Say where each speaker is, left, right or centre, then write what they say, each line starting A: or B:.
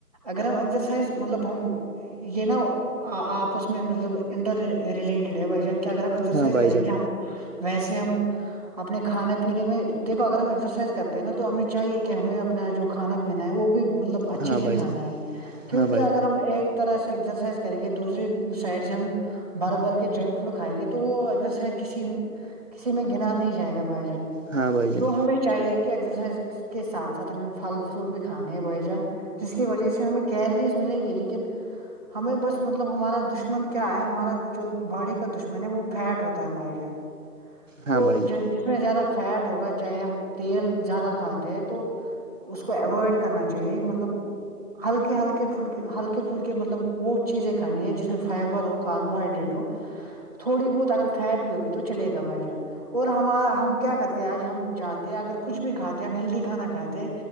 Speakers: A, on the right; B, on the right.
A: اگر ہم ایکزرسائز مطلب ہم یہ نا ا ا آپس میں مطلب انٹر ریلیٹڈ ہے بھائی جان کے اگر ہم ایکسرائز
B: ہاں بھائی
A: کریں
B: جان
A: گے ہم ویسے ہم اپنے کھانے پینے میں دیکھو اگر ہم ایکسرسائز کرتے ہیں نا تو ہمیں چاہیے کہ ہمیں اپنا جو کھانا پینا ہے وہ بھی مطلب اچھے
B: ہاں بھائی
A: سے کھانا
B: جان
A: ہے کیونکہ
B: ہاں بھائی
A: اگر ہم ایک طرح سے ایکسرسائز کریں گے دوسری سائڈ سے ہم بھر بھر کے جنک فوڈ کھائیں گے تو وہ اگسرسائز کسی کسی میں گنا نہیں جائے گا بھائی جان
B: ہاں بھائی جان
A: تو ہمیں چاہیے کہ ایکسرسائز کے ساتھ ساتھ ہمیں پھل فروٹ بھی کھانے ہے بھائی جان جس کی وجہ سے ہمیں کیلریز ملے گی لیکن ہمیں بس مطلب ہمارا دشمن کیا ہے ہمارا جو باڈی کا دشمن ہے وہ فیٹ ہوتا ہے بھائی جان
B: ہاں
A: تو
B: بھائی جان
A: ج جس میں زیادہ فیٹ ہوگا چاہے ہم تیل زیادہ کھا ثے ہیں تو اس کو اوائڈ کرنا چاہیے مطلب ہلکے ہلکے پلھکے ہلکے پھلکے مطلب وہ چیزیں کھانی ہے جس میں فائبر ہو کاربوہائڈریٹ ہو تھوڑی بہت اگر فیٹ بھی ہوگی تو چلے گا بھائی جان اور ہمارا ہم کیا کرتے ہیں آج ہم جاتے اگر کچھ بھی کھاتے ہم ہیلدی کھانا کھاتے